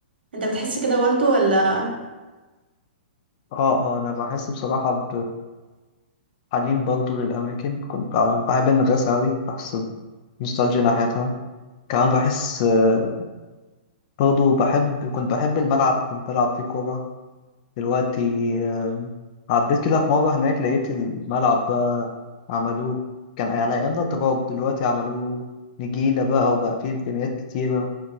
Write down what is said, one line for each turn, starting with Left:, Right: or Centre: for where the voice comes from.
Right: أنت بتحس كده برضو ولا
Left: اه اه انا بحس بصراحة بحنين برضو للأماكن كنت ب- بحب المدرسة أوي بحس بنوستالجيا ناحيتها كمان بحس آه، برضو بحب كنت بحب الملعب كنت بلعب فيه كورة دلوقتي آه، عديت كده في مرة هناك لقيت الملعب بقى عملوه كان يعني على أيامنا تراب دلوقتي عملوه نجيلة بقى وبقى فيه إمكانيات كتيرة